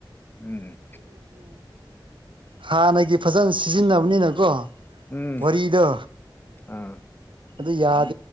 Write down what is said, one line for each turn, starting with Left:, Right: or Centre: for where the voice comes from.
Left: ꯎꯝ
Right: ꯍꯥꯟꯅꯒꯤ ꯐꯖꯅ ꯁꯤꯖꯤꯟꯅꯕꯅꯤꯅꯀꯣ
Left: ꯎꯝ
Right: ꯋꯥꯔꯤꯗꯣ
Left: ꯑꯥ
Right: ꯑꯗꯨ ꯌꯥꯗ